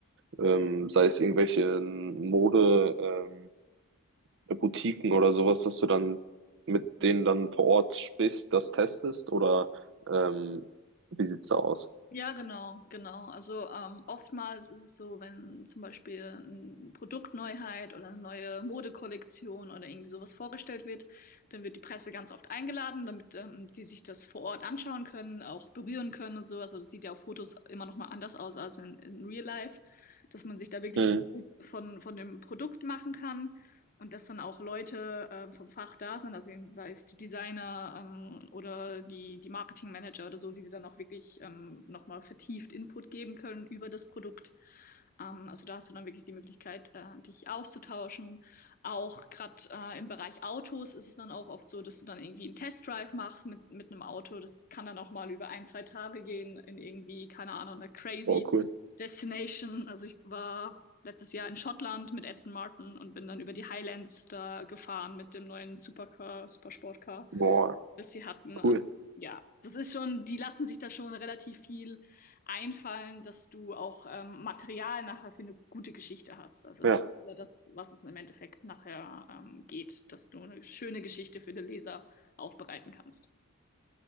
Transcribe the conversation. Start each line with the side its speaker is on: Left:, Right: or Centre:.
Right: ähm, sei es irgendwelche Mode, ähm, bei Boutiquen oder sowas, dass du dann mit denen dann vor Ort sprichst, das testest oder ähm, wie sieht's da aus?
Left: Ja, genau, genau. Also ähm, oftmals ist es so, wenn zum Beispiel eine Produktneuheit oder eine neue Modekollektion oder irgendwie sowas vorgestellt wird, dann wird die Presse ganz oft eingeladen, damit ähm, die sich das vor Ort anschauen können, auch berühren können und sowas. Also das sieht ja auf Fotos immer noch mal anders aus als in, in Real Life, dass man sich da wirklich
Right: Mhm.
Left: ein Bild von, von dem Produkt machen kann. Und dass dann auch Leute ähm, vom Fach da sind, also sei es die Designer ähm, oder die, die Marketingmanager oder so, die dir dann auch wirklich ähm, nochmal vertieft Input geben können über das Produkt. Ähm, also da hast du dann wirklich die Möglichkeit, äh, dich auszutauschen. Auch gerade äh, im Bereich Autos ist es dann auch oft so, dass du dann irgendwie einen Testdrive machst mit, mit einem Auto. Das kann dann auch mal über ein, zwei Tage gehen in irgendwie, keine Ahnung, eine crazy
Right: Boah, cool.
Left: Destination. Also ich war letztes Jahr in Schottland mit Aston Martin und bin dann über die Highlands da gefahren mit dem neuen Supercar, Supersportcar,
Right: Boah,
Left: das sie hatten. Also
Right: cool.
Left: ja, das ist schon, die lassen sich da schon relativ viel einfallen, dass du auch ähm, Material nachher für eine gute Geschichte hast. Also
Right: Ja,
Left: das ist ja das, was es im Endeffekt nachher ähm, geht, dass du eine schöne Geschichte für den Leser aufbereiten kannst.